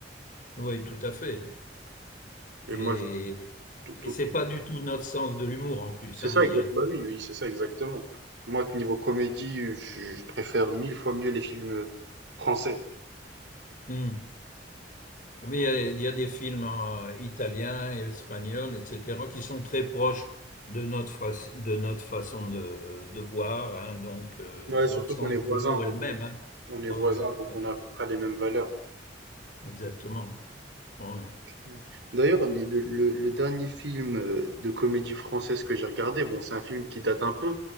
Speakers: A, on the left; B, on the right.
A: Oui, tout à fait. hein.
B: Et
A: Et
B: moi, je- tout-
A: et
B: tout-
A: c'est pas du tout notre sens de l'humour en plus,
B: c'est
A: hein,
B: ça
A: je
B: exact.
A: dirais.
B: Bah oui, oui, c'est ça exactement. Moi, niveau comédie, je, je préfère mille fois mieux les films français.
A: Hmm. Oui, il y a, il y a des films hein, italiens et espagnols, etc., qui sont très proches de notre, fa- de notre façon de, de voir, hein. donc euh,
B: Ouais,
A: leur
B: surtout
A: sens
B: qu'on est voisins,
A: de l'humour
B: donc
A: est le même.
B: on,
A: Hein.
B: on est voisins,
A: Oui, oui, tout
B: donc on
A: à fait.
B: a à peu près les mêmes valeurs.
A: Exactement. Ouais. ouais.
B: Ouais. D'ailleurs, il y a le le le dernier film, heu, de comédie française que j'ai regardé, bon, c'est un film qui date un peu,